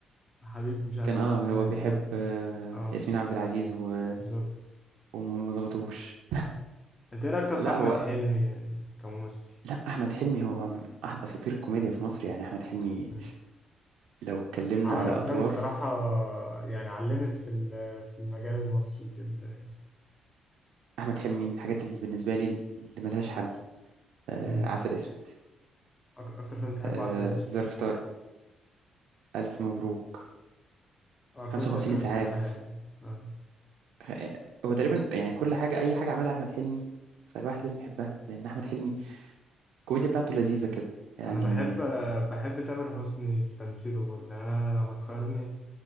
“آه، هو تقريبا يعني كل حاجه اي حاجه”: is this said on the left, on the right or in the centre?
Right